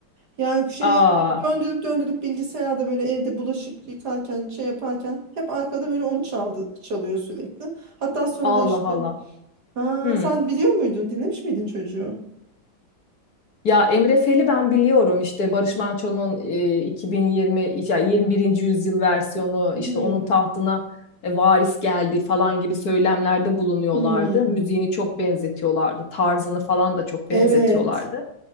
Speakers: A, on the right; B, on the left.
A: Yani şey
B: Aa,
A: böyle döndürüp döndürüp bilgisayarda böyle evde bulaşık yıkarken şey yaparken hep arkada böyle onu çaldı, çalıyor sürekli. Hatta sonra
B: Allah
A: da işte
B: Allah.
A: ha,
B: Hmm.
A: sen biliyor muydun? Dinlemiş miydin çocuğu?
B: Ya Emre Fel'i ben biliyorum işte Barış
A: Hı.
B: Manço'nun e, 2020 ya 21. yüzyıl versiyonu
A: Hmm.
B: işte onun tahtına e, varis geldi falan gibi söylemlerde bulunuyorlardı.
A: Hmm.
B: Müziğini çok benzetiyorlardı. Tarzını falan da çok
A: Evet.
B: benzetiyorlardı.